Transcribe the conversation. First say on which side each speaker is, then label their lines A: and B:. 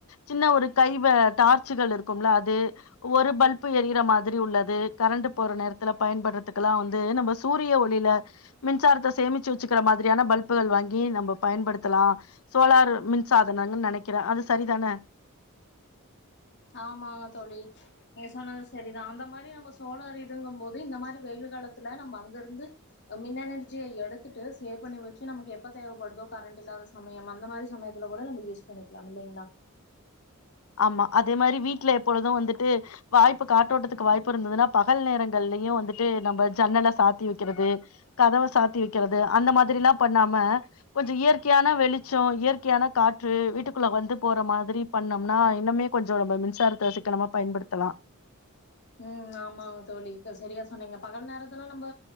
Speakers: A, on the left; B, on the left.
A: சின்ன ஒரு கை வ டார்ச்சுகள் இருக்கும்முல அது ஒரு பல்பு எறியிற மாதிரி உள்ளது கரண்டு போற நேரத்தில பயன்படுறத்துக்கெல்லா வந்து நம்ப சூரிய ஒளியில மின்சாரத்த சேமிச்சு வச்சுக்கிற மாதிரியான பல்புகள் வாங்கி நம்ப பயன்படுத்தலா சோலார் மின் சாதனாங்கன்னு நெனைக்கிற அது சரிதான
B: ஆமா தோழி நீங்க சொன்னது செரிதா அந்த மாரி நம்ம சோலார் இதுங்கும் போது இந்த மாரி வெயில் காலத்துல நம்ம அங்கருந்து மின் எனர்ஜியே எடுத்துட்டு சேவ் பண்ணி வச்சு நமக்கு எப்ப தேவைப்படுதோ கரண்ட் இல்லாத சமயம் அந்த மாரி சமயத்துல கூட நம்ம யூஸ் பண்ணிக்கலா இல்லேங்களா
A: ஆமா அதே மாரி வீட்ல எப்பொழுது வந்துட்டு வாய்ப்பு காற்றோட்டத்துக்கு வாய்ப்பு இருந்ததுன்னா பகல் நேரங்கள்லயு வந்துட்டு நம்ம ஜன்னல சாத்தி வைக்கிறது கதவ சாத்தி வைக்கிறது அந்த மாதிரில்லா பண்ணாம கொஞ்ச இயற்கையான வெளிச்ச இயற்கையான காற்று வீட்டுக்குள்ளே வந்து போற மாதிரி பண் ணா இன்னுமே கொஞ்ச நம்ம மின்சாரத்தே சிக்கனமா பயன்படுத்தலா
B: உம் ஆமா தோழி இப்ப சரியா சொன்னீங்க பகல் நேரத்துல நம்ம